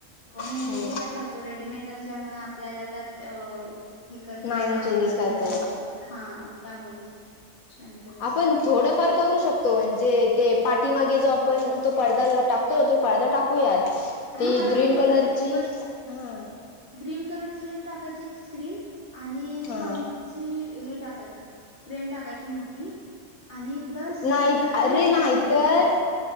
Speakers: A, on the left; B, on the left.
A: पण
B: हम्म
A: विषय कसा तो रेडिमेंट असल्यामुळे आपल्याला त्यात हे करणं
B: नाही
A: जरा
B: ना चेंजेस
A: कठीणचं
B: करता येत.
A: हे हा त्यामुळेच शांत बसते
B: आपण थोडंफार करू शक तो म्हणजे ते पाठीमागे जो आपण तो पडदा टाकतोय ना तो पडदा टाकूयात ती
A: हा मला
B: ग्रीन
A: पण तेच
B: कलरची
A: वाटतंय किंवा
B: हा
A: ग्रीन कलरची हे टाकायची स्क्रीन आणि
B: हा
A: स्वामी ची हे टाकायचं फ्रेम टाकायची मोठी आणि प्लस
B: नाही
A: त्यावर
B: अरे
A: लायटिंग
B: नाहीतर
A: सोडायची.